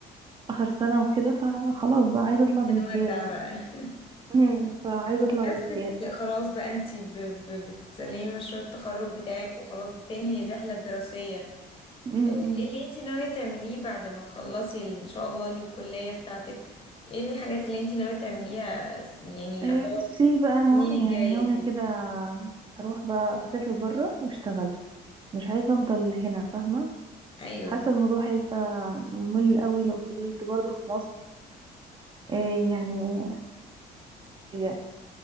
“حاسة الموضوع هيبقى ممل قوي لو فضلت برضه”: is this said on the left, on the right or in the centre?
Right